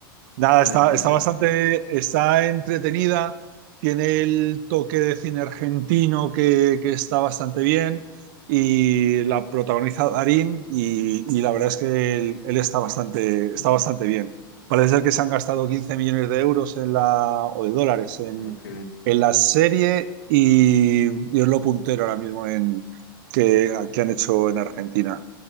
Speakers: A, on the right; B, on the left.
A: Nada,
B: tranqui,
A: está, está
B: tranqui.
A: bastante, está entretenida, tiene el toque de cine argentino que, que está bastante bien y la protagoniza Darín y, y la verdad es que él, él está bastante, está bastante bien. Parece ser que se han gastado 15 millones de euros en la, o de dólares en,
B: Ok,
A: en la serie y, y es lo puntero ahora mismo en, que, que han hecho en Argentina.